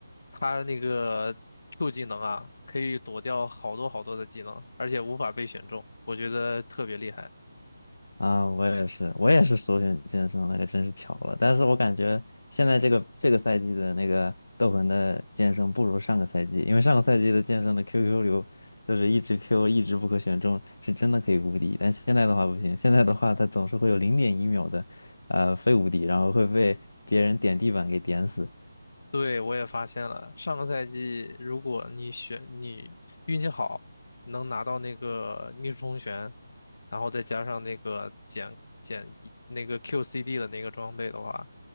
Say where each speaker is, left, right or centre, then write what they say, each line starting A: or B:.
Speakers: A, on the left; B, on the left.
A: 他那个 Q 技能啊，可以躲掉好多好多的技能，而且无法被选中，我觉得特别厉害。
B: 啊，我也是，我也是首选剑圣，那个真是巧了。但是我感觉现在这个这个赛季的那个斗魂的剑圣不如上个赛季，因为上个赛季的剑圣的 QQ 流就是一直 Q 一直不可选中，是真的可以无敌。但现在的话不行，现在的话它总是会有零点一秒的呃非无敌，然后会被别人点地板给点死。
A: 对，我也发现了，上个赛季如果你选你运气好，能拿到那个逆室通玄然后再加上那个减减一那个 QCD 的那个装备的话，